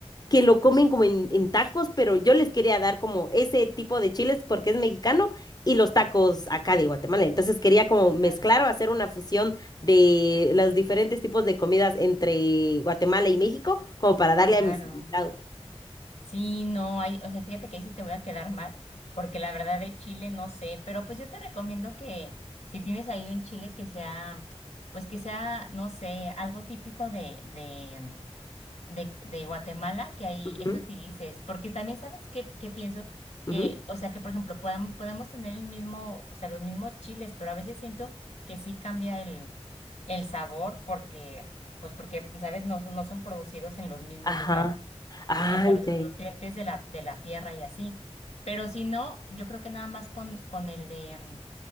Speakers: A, on the left (about 35°); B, on the left (about 80°).
A: que lo comen como en, en tacos, pero yo les quería dar como ese tipo de chiles porque es mexicano y los tacos acá de Guatemala. Entonces quería como mezclar
B: claro,
A: o hacer una fusión de los diferentes tipos de comidas entre Guatemala y México, como para darle
B: claro.
A: a mis invitados.
B: Sí, no hay, o sea, fíjate que ahí sí te voy a quedar mal, porque la verdad de Chile no sé, pero pues yo te recomiendo que si tienes ahí un chile que sea, pues que sea, no sé, algo típico de, de, de, de Guatemala, que ahí
A: Ujú,
B: eso utilices, porque también sabes qué, qué pienso, que,
A: ujú.
B: o sea, que por ejemplo, podamos podemos tener el mismo, o sea, los mismos chiles, pero a veces siento que sí cambia el, el sabor, porque, pues porque, sabes, no, son- no son producidos en los mismos
A: Ajá.
B: lugares
A: Ah,
B: y ya sabes, los
A: ya,
B: nutrientes
A: ya.
B: de la, de la tierra y así. Pero si no, yo creo que nada más con, con el de, mm,